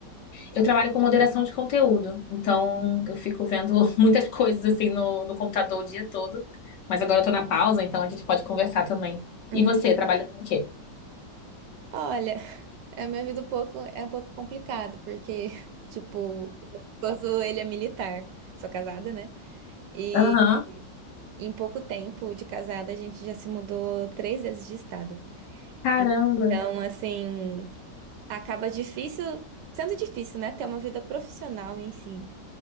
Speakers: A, on the left; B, on the right.
A: Eu trabalho com moderação de conteúdo, então eu fico vendo <laughs> muitas coisas assim no, no computador o dia todo. Mas agora eu tô na pausa, então a gente pode conversar também.
B: Hum.
A: E você, trabalha com o quê?
B: Olha, <laughs> a minha vida um pouco, é um pouco complicado, porque, <laughs> tipo, o esposo, ele é militar. Sou casada, né? E
A: Aham.
B: em pouco tempo de casada, a gente já se mudou três vezes de estado.
A: Caramba.
B: Então, assim, acaba difícil, sendo difícil, né? Ter uma vida profissional em si.